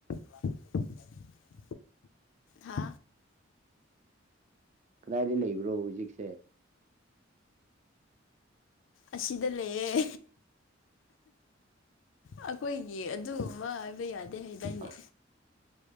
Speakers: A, on the left; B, on the right.
A: <inaudible> <unintelligible> ꯍꯥ
B: ꯀꯗꯥꯏꯗ ꯂꯩꯕ꯭ꯔꯣ ꯍꯧꯖꯤꯛꯁꯦ
A: ꯑꯁꯤꯗ ꯂꯩꯌꯦꯦ ꯑꯩꯈꯣꯏꯒꯤ ꯑꯗꯨꯕ ꯍꯥꯏꯕ ꯌꯥꯗꯦ ꯍꯥꯏꯗꯥꯏꯅꯦ
B: ꯑ